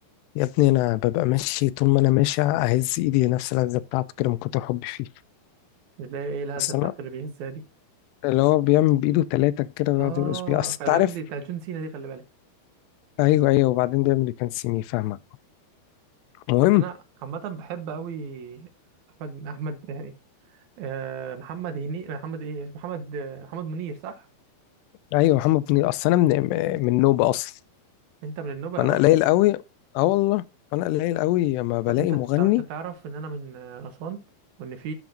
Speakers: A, on the left (about 85°); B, on the right (about 75°).
A: يا ابني انا ببقى ماشي طول ما انا ماشي اهز ايدي نفس اللذه بتاعته كده من كتر حبي فيه
B: اللي هي ايه الهزه
A: اصل
B: بتاعته
A: انا
B: اللي بيهزها دي
A: اللي هو بيعمل بايده ثلاثه كده ويقعد
B: اه
A: يرقص بيها اصل
B: خلي
A: انت
B: بالك
A: عارف
B: دي بتاعت جون سينا دي خلي بالك
A: ايوه ايوه وبعدين بيعمل كان سيمي فاهمك المهم
B: بس انا عامه بحب قوي احمد احمد يعني آه، محمد هني محمد ايه اسمه محمد آه، محمد منير صح
A: ايوه محمد منير اصل انا من من نوبه اصلا
B: انت من النوبه
A: فانا
B: يا راجل
A: قليل قوي اه والله انا قليل قوي لما بلاقي
B: طب انت
A: مغني
B: طب انت تعرف ان انا من آه، اسوان وان في